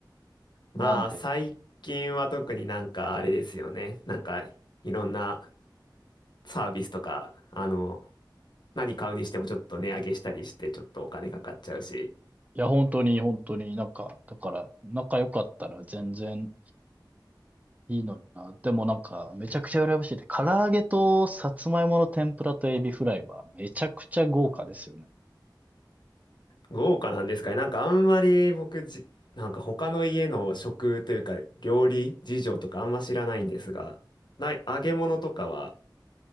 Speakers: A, on the left; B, on the right.
A: まあ、
B: なんで、
A: 最近は特になんかあれですよね。なんか、いろんなサービスとか、あの、何買うにしてもちょっと値上げしたりして、ちょっとお金かかっちゃうし、
B: いや、本当に、本当になんか、だから、仲良かったら全然いいのにな。でもなんか、めちゃくちゃ羨ましいで、唐揚げとさつまいもの天ぷらとエビフライはめちゃくちゃ豪華ですよね。
A: 豪華なんですかね。なんかあんまり僕じ、なんか他の家の食というか料理事情とかあんま知らないんですが、ない、揚げ物とかは、